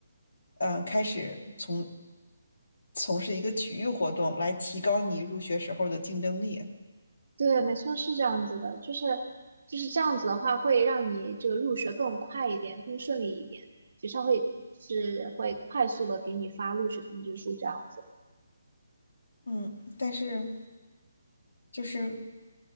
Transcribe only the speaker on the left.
嗯、呃开始从从事一个体育活动来提高你入学时候的竞争力。
嗯，但是就是